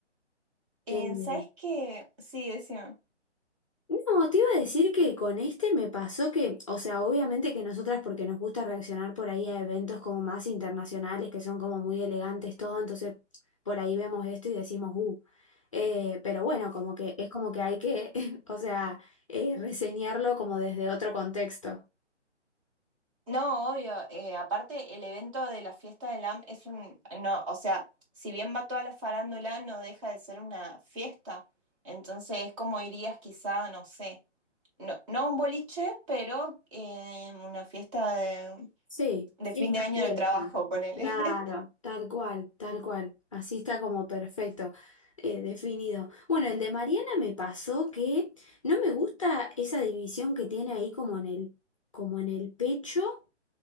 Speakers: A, on the left (about 30°); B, on the right (about 25°).
A: Eh,
B: Eh, ¿sabes qué? Sí, decime.
A: No, te iba a decir que con este me pasó que, o sea, obviamente que nosotras porque nos gusta reaccionar por ahí a eventos como más internacionales, que son como muy elegantes todo, entonces por ahí vemos esto y decimos, uh, Eh, pero bueno, como que es como que hay que, <laughs> o sea, eh, reseñarlo como desde otro contexto.
B: No, obvio. eh, aparte, el evento de la fiesta del AM es un, no, o sea, si bien va toda la farándula, no deja de ser una fiesta. Entonces es como irías quizá, no sé, no, no a un boliche, pero eh, una fiesta de,
A: Sí,
B: de
A: fiesta,
B: fin de año
A: fiesta.
B: del trabajo, ponele.
A: Claro,
B: <laughs>
A: tal cual, tal cual. Así está como perfecto, eh, definido. Bueno, el de Mariana me pasó que no me gusta esa división que tiene ahí como en el, como en el pecho.